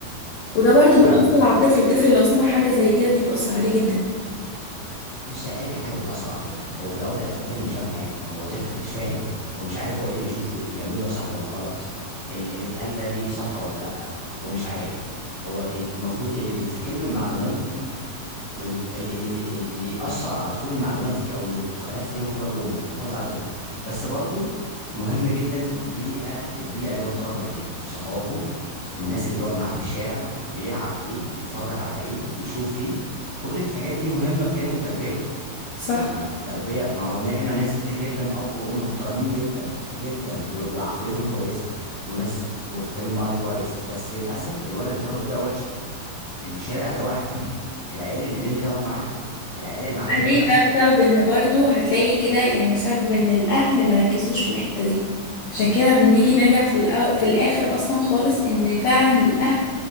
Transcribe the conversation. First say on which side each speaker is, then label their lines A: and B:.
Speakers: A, on the left; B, on the left.
A: وده برضو
B: انا فاهمك
A: بيأثر
B: على
A: على
B: فكرة
A: الطفل الطفل لو سمع حاجة زي كده دي بتأثر عليه جدا
B: بص هي اي حاجه بتاثر على الطفل هو في الاول وفي الاخر الطفل مش فاهم حاجه هو طفل مش فاهم هو مش عارف هو ايه اللي بيشوفه اللي بيعمله ده صح ولا غلط ال- اللي اتقال ده ليه صح ولا لا هو مش عارف هو ال- المفروض اللي بيدخل له المعلومات دي واللي ب- اللي اللي اللي اللي ياثر على دخول المعلومات ليه او المدخلات ليه هو المفروض ابوه وامه حافظ على ده جدا بس برضو مهم جدا البيئه البيئه اللي هو اتربى فيها صحابه الناس اللي بيقعد معاها في الشارع بيلعب ايه بيتفرج على ايه بيشوف ايه كل الحاجات دي مهمه بجانب التربيه
A: صح
B: ما انا التربيه ما هو نعمه ناس كتير جدا اب وام محترمين جدا جدا و... وعقليتهم كويسه وناس مختارين بعض كويس بس للاسف الولد اللي اتربى بيئه وحشه اللي الشارع اللي هو قاعد فيه العيال اللي بينزل يقعد معاه العيال اللي معاه في
A: ليه
B: المدرسه
A: بقى بسبب ان برضو هتلاقي كده يعني سبب ان الاهل مركزوش في الحتة دي عشان كده بنيجي نرجع في الأو... في الاخر اصلا خالص ان فعلا الاهل